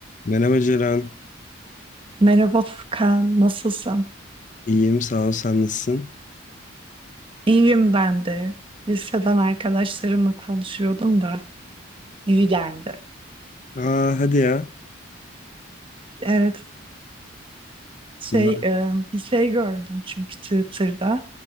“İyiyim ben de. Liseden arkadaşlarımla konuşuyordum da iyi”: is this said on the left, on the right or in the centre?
Right